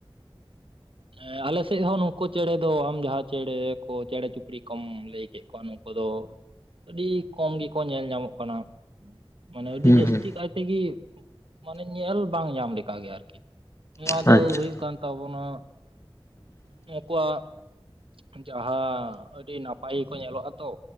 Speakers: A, on the right (about 65°); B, on the left (about 30°).
A: ᱦᱮᱸ ᱟᱞᱮ ᱥᱮᱫ ᱦᱚᱸ ᱱᱩᱠᱩ ᱪᱮᱬᱮ ᱫᱚ ᱟᱢ ᱡᱟᱦᱟᱸ ᱪᱮᱬᱮ ᱠᱚ ᱪᱮᱬᱮ ᱪᱩᱯᱲᱤ ᱠᱚᱢ ᱞᱟᱹᱭ ᱠᱮᱜ ᱠᱚ ᱱᱩᱠᱩ ᱫᱚ ᱟᱹᱰᱤ ᱠᱚᱢ ᱜᱮᱠᱚ ᱧᱮᱞ ᱧᱟᱢᱚᱜ ᱠᱟᱱᱟ᱾ ᱢᱟᱱᱮ ᱟᱹᱰᱤ
B: ᱦᱩᱸ
A: ᱡᱟᱹᱥᱛᱤ
B: ᱦᱩᱸ
A: ᱠᱟᱭ ᱛᱮᱜᱮ ᱢᱟᱱᱮ ᱧᱮᱞ ᱵᱟᱝ ᱧᱟᱢ ᱞᱮᱠᱟ ᱜᱮ ᱟᱨᱠᱤ᱾ ᱱᱚᱣᱟ
B: ᱟᱪᱪᱷᱟ
A: ᱫᱚ ᱦᱩᱭᱩᱜ ᱠᱟᱱ ᱛᱟᱵᱚᱱᱟ ᱱᱩᱠᱩᱣᱟᱜ ᱡᱟᱦᱟᱸ ᱟᱹᱰᱤ ᱱᱟᱯ ᱵᱷᱟᱜᱤ ᱠᱚ ᱧᱮᱞᱚᱜᱼᱟ ᱛᱚ